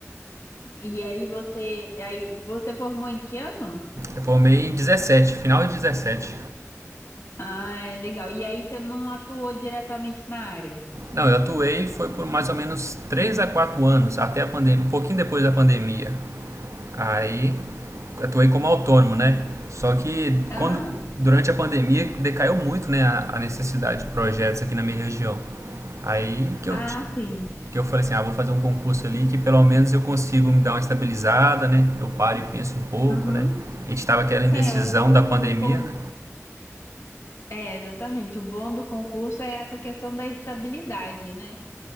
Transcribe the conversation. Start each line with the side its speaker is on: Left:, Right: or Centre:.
Left: e aí você, aí você formou em que ano?
Right: Eu formei em 17, final de 17.
Left: Ah, legal. E aí você não atuou diretamente na área?
Right: Não, eu atuei foi por mais ou menos 3 a 4 anos, até a pandemia, um pouquinho depois da pandemia. Aí atuei como autônomo, né? Só que
Left: Aham.
Right: quando durante a pandemia decaiu muito, né, a, a necessidade de projetos aqui na minha região. Aí que
Left: Ah,
Right: eu ti-
Left: sim.
Right: que eu falei assim, ah, vou fazer um concurso ali que pelo menos eu consigo me dar uma estabilizada, né? Eu paro e penso um pouco,
Left: Uhum.
Right: né? A gente estava aquela indecisão
Left: É, o bom
Right: da pandemia,
Left: do con...
Right: né?
Left: É, exatamente. O bom do concurso é essa questão da estabilidade, né?